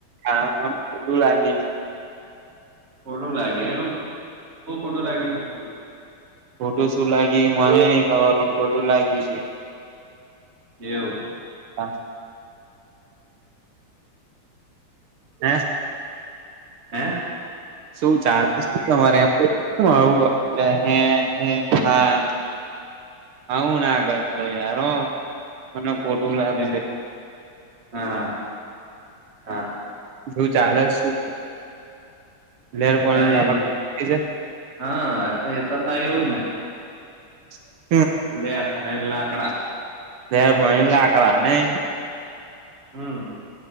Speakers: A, on the right; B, on the right.
A: હા પણ ખોટું લાગી ગયું
B: ખોટું લાગ્યું એવું બહું ખોટું લાગ્યું
A: ખોટું શું લાગી મને નહીં ખબર પણ ખોટું લાગી છે.
B: એવું.
A: હા. હે
B: <inaudible> હે?
A: શું ચાલે તમારે કેમ આવું હે, હે, હા. આવું ના કરતો યાર હો મને ખોટું લાગશે.
B: બે હા, હા.
A: શું ચાલે શું લેર પોણી
B: કઈ
A: લાપા
B: નઈ
A: થઈ જાય.
B: હા એતો તા એવું જ ને.
A: <inaudible>
B: લે <unintelligible> લાકડા.
A: લેર પાણી લાકડા નહીં.
B: હમ.